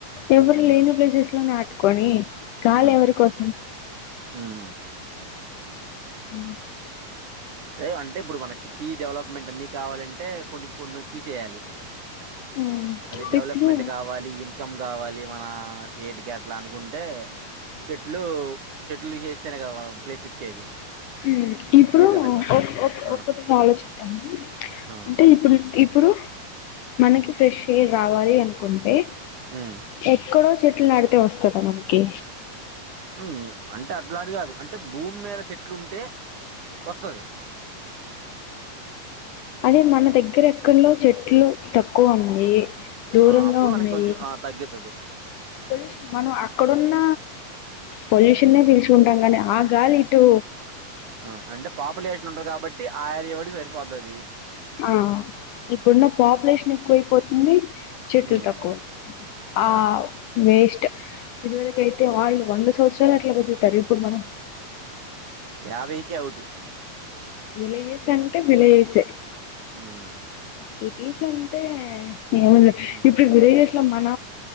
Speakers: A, on the left; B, on the right.
A: ఎవరు
B: హ్మ్.
A: లేని ప్లేసెస్ లో నాటు కొని గాలి
B: హ్మ్.
A: ఎవరి కోసం
B: హ్మ్.
A: మ్
B: అదే అంటే ఇప్పుడు మన సిటీ డెవలప్మెంట్ అన్ని కావాలంటే కొన్ని కొన్ని తీసేయాలి
A: మ్మ్
B: అది డెవలప్మెంట్
A: ఇప్పుడు
B: కావాలి ఇన్ కమ్ కావాలి మన స్టేట్కి అట్లా అనుకుంటే చెట్లు చెట్లు తీసెస్తేనే కదా మనం ప్లేస్ ఇచ్చేది
A: మ్ ఇప్పుడు
B: ఏదన్నా గా
A: ఒక ఒక
B: ఆ!
A: ఒకటి ఆలోచితాము
B: ఆ!
A: అంటే ఇప్పుడు ఇప్పుడు మనకి ఫ్రెష్ ఎయిర్ రావాలి అనుకుంటే
B: హ్మ్.
A: ఎక్కడో చెట్లు నాటితే వస్తదా మనకి
B: మ్ అంటే అట్లా అని కాదు అంటే భూమి మీద చెట్లు ఉంటే వస్తది
A: అదే మన దగ్గర ఎక్కడలో చెట్లు తక్కువ ఉన్నాయి దూరంగా
B: ఆ అప్పుడు మనకి
A: ఉన్నాయి
B: కొంచెం ఆ తగ్గుతది
A: పొల్యూషన్ మనం అక్కడున్న పొల్యూషన్నే
B: హ్మ్.
A: పీలుచుకుంటాం కానీ ఆ గాలి ఇటూ
B: ఆ అంటే పాపులేషన్ ఉంటది కాబట్టి ఆ ఏరియా వాటికి సరిపోతది
A: ఆ ఇప్పుడున్న పాపులేషన్ ఎక్కువైపోతుంది చెట్లు
B: హ్మ్.
A: తక్కువ అయిపోతుంది
B: అవును.
A: ఆ వేస్ట్ స్ట్ ఇది వరకు అయితే వాళ్లు వంద సంవత్సరాలు అట్లా బతుకుతారు ఇప్పుడు మనం
B: యాభైకే ఔటు
A: విలేజ్స్ అంటే విలేజ్సే
B: హ్మ్.
A: సిటీస్ అం ఏమ
B: హ్మ్.
A: ఇప్పుడు వే అలో మన